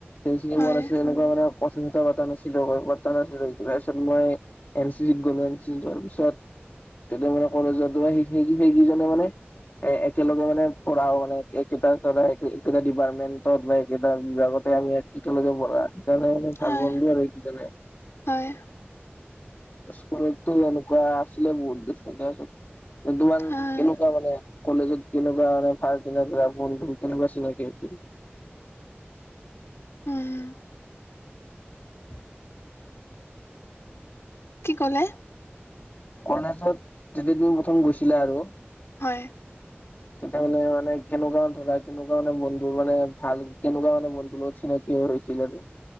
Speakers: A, on the left; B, on the left.
A: সেই চিনিও
B: হয়
A: পোৱা নাছিলোঁ, এনেকুৱা মানে কথা চথা পাতা নাছিলোঁ। <unintelligible> নাছিলোঁ। তাৰপিছত মই এন চি চিত গলোঁ, এন চি চিত যোৱাৰ পিছত তেতিয়া মানে কলেজত সেই- সেই-সেইকেইজনে মানে এ-একেলগে মানে পঢ়াও মানে, একেটা ধৰা একেটা ডিপাৰ্টমেণ্ট। বা একেটা বিভাগতে আমি একেলগে পঢ়া। সেইকাৰণে মানে ভাল
B: হয়
A: বন্ধু আৰু ইকিজনে।
B: হয়।
A: স্কুলতো এনেকুৱা আছিলে, বহুত দেখোন তাৰপিছত। তোমাৰ
B: হয়
A: কেনেকুৱা মানে কলেজত কেনেকুৱা মানে ফাৰ্ষ্ট দিনাৰ <inaudible> বন্ধু কেনেকুৱা চিনাকি হৈছিল?
B: উম।
A: <inaudible>
B: কি ক'লে?
A: কলেজত যেতিয়া তুমি প্ৰথম গৈছিলা আৰু,
B: হয়।
A: তেতিয়া মানে-মানে কেনেকুৱা ধৰা, কেনেকুৱা মানে বন্ধুৰ মানে, ভাল কেনেকুৱা মানে বন্ধুৰ লগত চিনাক কি হৈছিল আৰু?